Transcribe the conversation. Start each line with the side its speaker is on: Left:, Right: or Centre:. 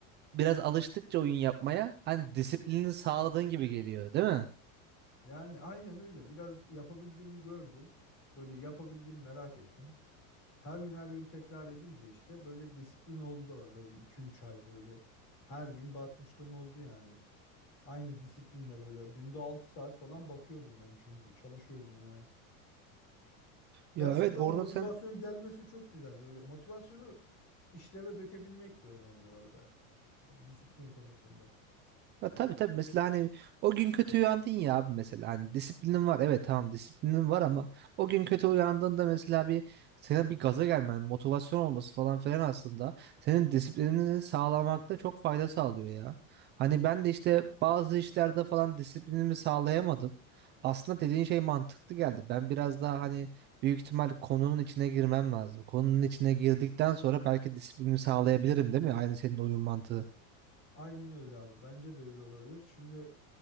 Right: biraz alıştıkça oyun yapmaya hani disiplini sağladığın gibi geliyor, değil mi?
Left: Yani aynen öyle. Biraz yapabildiğimi gördüm. Öyle yapabildiğimi merak ettim. Her gün her gün tekrar edince işte böyle disiplin oldu orada bir iki üç ay böyle. Her gün bakmışlığım oldu yani. Aynı disiplinle böyle günde 6 saat falan bakıyordum ben çünkü çalışıyordum ya.
Right: Ya
Left: Gerçekten
Right: evet orada
Left: o motivasyon
Right: sen
Left: gelmesi çok güzel böyle. Motivasyonu işleve dökebilmek de önemli orada. Yani disiplin konusunda.
Right: ha, tabii tabii mesela hani o gün kötü uyandın ya abi mesela hani disiplinin var evet tamam disiplinin var ama o gün kötü uyandığında mesela bir senin bir gaza gelmen motivasyon olması falan filan aslında senin disiplinini sağlamakta çok fayda sağlıyor ya. Hani ben de işte bazı işlerde falan disiplinimi sağlayamadım. Aslında dediğin şey mantıklı geldi. Ben biraz daha hani büyük ihtimal konunun içine girmem lazım. Konunun içine girdikten sonra belki disiplinimi sağlayabilirim değil mi? Aynı senin oyun mantığı.
Left: Aynen öyle abi. Bence de öyle olabilir. Şimdi